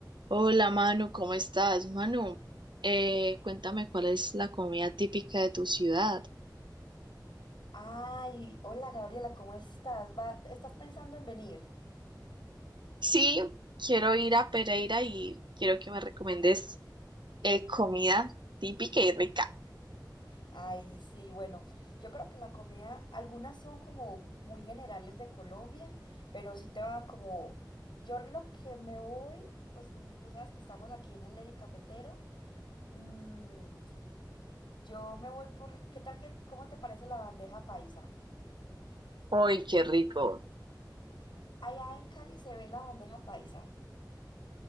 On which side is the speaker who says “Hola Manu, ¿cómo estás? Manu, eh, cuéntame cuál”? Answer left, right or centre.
Right